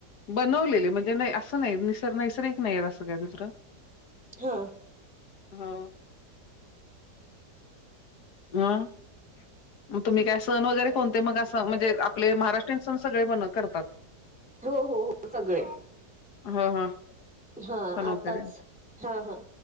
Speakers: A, on the left (about 70°); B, in the centre.
A: बनवलेले म्हणजे नाही असं नाही निसर् नैसर्गिक नाहीय असं काय दुसरं
B: हा
A: हो <unintelligible> मग तुम्ही काय सण वगैरे कोणते मग असं म्हणजे आपले महाराष्ट्रीयन सण सगळे सण बनव करतात?
B: हो हो हो सगळे.
A: हा हा.
B: हा
A: सण वगैरे
B: आताच हा हा